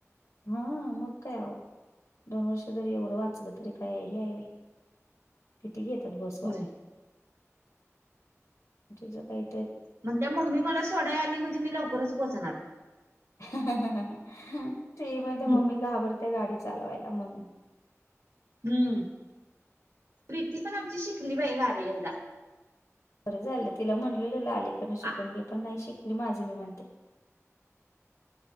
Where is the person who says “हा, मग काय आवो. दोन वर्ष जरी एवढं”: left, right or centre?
Left